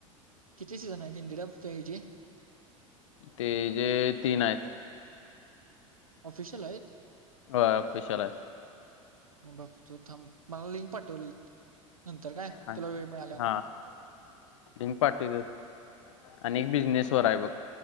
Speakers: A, on the right; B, on the left.
A: किती सिजन हायत हिंदी ह्यजे?
B: ते जे तीन आहेत.
A: ऑफिशियल हायत?
B: होतं ऑफिशिअल हाय.
A: बघतो थांब, मला लिंक पाठवलं नंतर काय,
B: आणि-
A: तुला वेळ मिळाल्यावं.
B: हा लिंक पाठवित्यात आणि एक बिझनेस वर आहे बघ.